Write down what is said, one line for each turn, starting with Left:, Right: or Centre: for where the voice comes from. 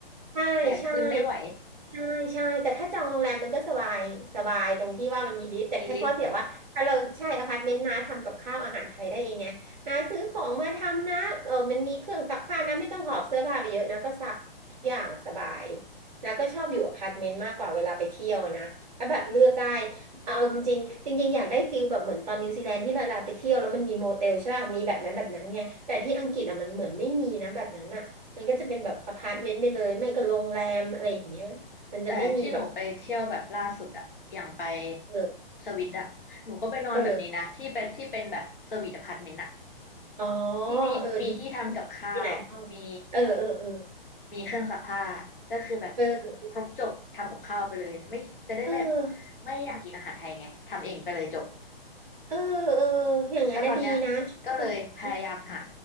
Right: ใช่ใช่
Left: แบกขึ้นไม่ไหว
Right: ใช่ใช่แต่ถ้าจองโรงแรมมันก็สบายสบายตรงที่ว่ามันมีลิฟต์แต่แค่ข้อเสียว่าถ้าเราใช่อพาร์ตเมนต์นะทำกับข้าวอาหารไทยได้เองไงนะซื้อของมาทำนะเออมันมีเครื่องซักผ้านะไม่ต้องหอบเสื้อผ้าไปเยอะนะก็ซักทุกอย่างสบาย
Left: มีลิฟต์
Right: นะก็ชอบอยู่อพาร์ตเมนต์มากกว่าเวลาไปเที่ยวนะถ้าแบบเลือกได้เอาจริงๆจริงๆอยากได้ฟิลแบบเหมือนตอนนิวซีแลนด์ที่เราไปเที่ยวแล้วมันมีโมเตลใช่ป่ะมีแบบนั้นแบบนั้นไงแต่ที่อังกฤษอะมันเหมือนไม่มีนะแบบนั้นอะ มันก็จะเป็นแบบอพาร์ตเมนต์ไปเลย ไม่ก็โรงแรมอะไรอย่างเงี้ยมันจะไม่มีแบบ
Left: แต่ที่หนูไปเที่ยวแบบล่าสุดอะอย่างไป
Right: เออ
Left: สวิตอะหนูก็ไปนอนแบบนี้นะที่เป็นที่เป็นแบบสวีทอพาร์ตเมนต์อะ
Right: เอออ๋อ
Left: ที่มีมีที่ทำกับข้าวมี
Right: เออดีมีหลายห้องเออเออเออ
Left: มีเครื่องซักผ้าก็คือแบบ
Right: เออ
Left: ครบจบทำกับข้าวไปเลยไม่จะได้ไม่
Right: เออ
Left: ไม่อยากกินอาหารไทยไงทำเองไปเลยจบ
Right: เออเอออย่างนั้นนะดีนะชอบอืม
Left: ก็ตอนเนี้ยก็เลยพยายามหา